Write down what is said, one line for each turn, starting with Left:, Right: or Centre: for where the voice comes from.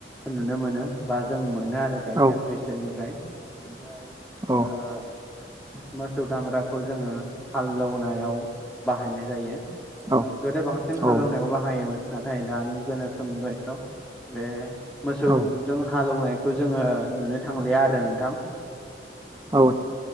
Centre: नुनो मोनो बा जों मोनो आरो
Right: औ
Centre: गाइखेर बिसोरनिफ्राय ओमफ्राय
Right: औ
Centre: ओ मोसौ दामब्राखौ जोङो हालौनायाव बाहायनाय जायो।
Right: औ
Centre: ओ गोदो बांसिन
Right: औ
Centre: हालेवनायाव बाहायोमोन। नाथाय दानि गोनोखो मुगायाव बे मोसौजों
Right: औ
Centre: हालौवनाय खौ जोङो नुनो थांलिया आरो नोंथां।
Right: औ